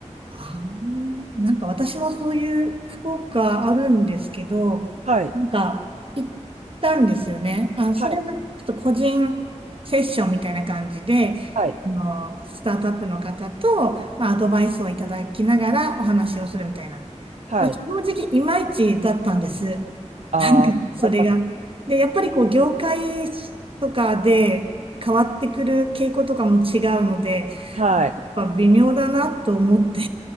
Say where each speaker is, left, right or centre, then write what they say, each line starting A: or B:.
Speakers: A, on the right (about 50°); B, on the right (about 70°).
A: あーなんか私もそういう福岡あるんですけど、
B: はい、
A: なんか行ったんですよね。あ、それはちょっと個人セッションみたいな感じで、
B: はい、はい、
A: あの、スタートアップの方と、まあ、アドバイスをいただきながらお話をするみたいな。
B: はい。
A: まあ、正直いまいちだったんです。
B: ああ、
A: <laughs> なんでそれが。
B: やっぱ、
A: で、やっぱりこう業界とかで変わってくる傾向とかも違うので、
B: はい。
A: やっぱ微妙だなと思って、